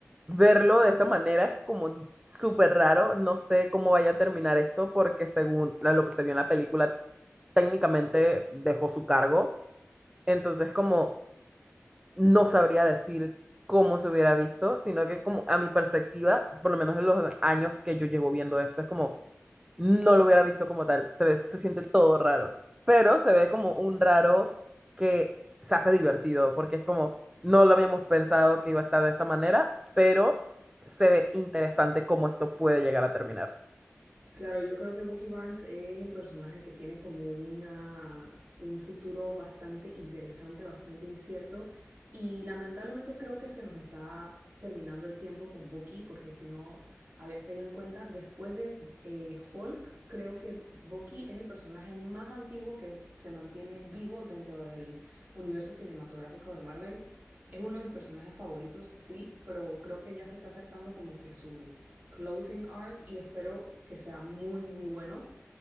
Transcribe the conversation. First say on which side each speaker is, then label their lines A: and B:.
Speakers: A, on the right; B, on the right.
A: verlo de esta manera es como súper raro. No sé cómo vaya a terminar esto porque según la- lo que se vio en la película, técnicamente dejó su cargo. Entonces, como no sabría decir cómo se hubiera visto, sino que como a mi perspectiva, por lo menos en los años que yo llevo viendo esto, es como no lo hubiera visto como tal. Se ve, se siente todo raro. Pero se ve como un raro que se hace divertido, porque es como, no lo habíamos pensado que iba a estar de esta manera, pero se ve interesante cómo esto puede llegar a terminar.
B: Claro, yo creo que Bucky Barnes es el personaje que tiene como una, un futuro bastante interesante, bastante incierto. Y lamentablemente creo que se nos está terminando el tiempo con Bucky, porque si no habías caído en cuenta, después de eh, Hulk, creo que Bucky es el personaje más antiguo que se mantiene vivo dentro del universo cinematográfico de Marvel. Es uno de mis personajes favoritos, sí, pero creo que ya se está acercando como que su closing arc y espero que sea muy, muy bueno.